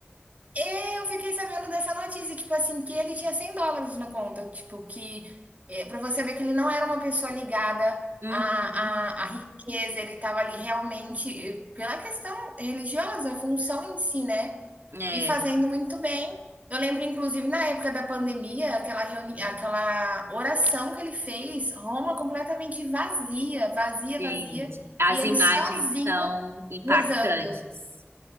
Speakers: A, on the right (about 40°); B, on the right (about 80°).
A: É, eu fiquei sabendo dessa notícia, tipo assim, que ele tinha 100 dólares na conta, tipo que, eh, pra você ver que ele não era uma pessoa ligada
B: Uhum.
A: à à à riqueza, ele estava ali realmente, eh, pela questão religiosa, a função em si, né.
B: É,
A: E fazendo muito bem. Eu lembro, inclusive, na época da pandemia, aquela reuni aquela oração que ele fez, Roma completamente vazia, vazia,
B: gente,
A: vazia,
B: as
A: e ele
B: imagens
A: sozinho
B: são impactantes.
A: rezando.